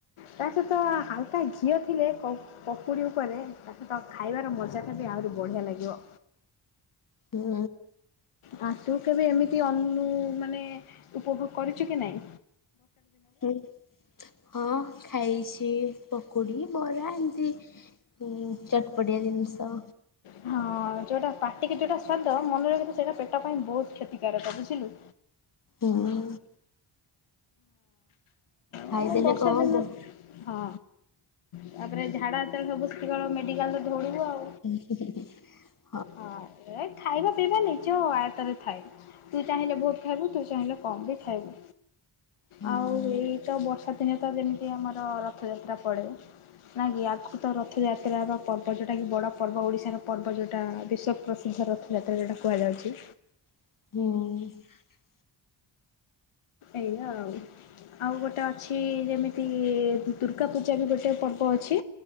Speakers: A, on the left (about 80°); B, on the left (about 40°).
A: ତା ସହିତ ହାଲକା ଘିଅ ଥିଲେ ପ ପକୁଡି ଉପରେ ତା ସହିତ ଖାଇବାର ମଜା ଖାଲି ଆଉ ଆହୁରି ବଢ଼ିଆ ଲାଗିବ।
B: ହୁଁ
A: ଆ ତୁ କେବେ ଏମିତି ଆ ମୁଁ ମାନେ ଉପଭୋଗ କରିଛୁ କି ନାଇଁ?
B: ହୁଁ -ହଁ ଖାଇଛି ପକୁଡି। ବରା ଏମିତି ଚଟପଟିଆ ଜିନିଷ
A: ହଁ ଯୋଉଟା ପାଟିକି ଯୋଉଟା ସ୍ଵାଦ ମନେ ରଖ ତୁ, ସେଇଟା ପେଟ ପାଇଁ ବହୁତ କ୍ଷତିକାରକ ବୁଝିଲୁ।
B: ହୁଁ ଖାଇଦେଲେ
A: ଏ ବର୍ଷା
B: କଣ
A: ଦିନ
B: ହବ।
A: ହଁ। ତାପରେ ଝାଡା ଯେତେବେଳେ ହବୁ ସେତିକି ବେଳେ ମେଡିକାଲ ଧୌଳିବୁ ଆଉ।
B: ଆ ସେ
A: ହଁ ଏ ଖାଇବା ସେଇଟା ନିଜ ଆୟତରେ ଥାଏ ତୁ ଚାହିଁଲେ ବହୁତ ଖାଇବୁ ତୁ ଚାହିଁଲେ କମ ବି ଖାଇବୁ।
B: ହୁଁ
A: ଆଉ ଏଇ ତ ବର୍ଷା ଦିନେ ତ ଯେମିତି ଆମର ରଥଯାତ୍ରା ପଡ଼େ। ନାଇ କି ଆଗରୁ ତ ରଥଯାତ୍ରାର ପର୍ବ ଯୋଉଟା କି ବଡ ପର୍ବ ଓଡିଶାର ପର୍ବ ଯୋଉ ଏଇଟା ବିଶ୍ଵପ୍ରସିଦ୍ଧ ରଥଯାତ୍ରା ଯୋଉଟା କୁହାଯାଉଛି।
B: ହୁଁ।
A: ଏଇଆ ଆଉ। ଆଉ ଗୋଟେ ଅଛି ଯେମିତି ଦୁର୍ଗା ପୂଜା ବି ଗୋଟେ ପର୍ବ ଅଛି।